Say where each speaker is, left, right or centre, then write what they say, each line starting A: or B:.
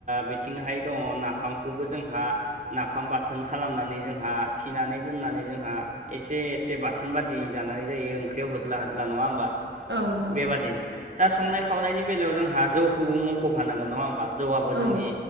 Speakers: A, on the right (about 40°); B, on the right (about 75°).
A: बिथिंहाय दङ नाफामखौबो जोंहा नाफाम बाथो थोन खालामनानै जोंहा थिनानै दोननानै जोंहा एसे एसे बाथोन बादि जानाय जायो ओंख्रियाव होदला होदला नङा होमबा
B: औ नंगौ
A: बेबादिनो दा संनाय खावनायनि बेलायाव जोंहा जौखौबो मख'फानांगोन नङा होमबा। जौआाबो
B: औ
A: जोंनि
B: औ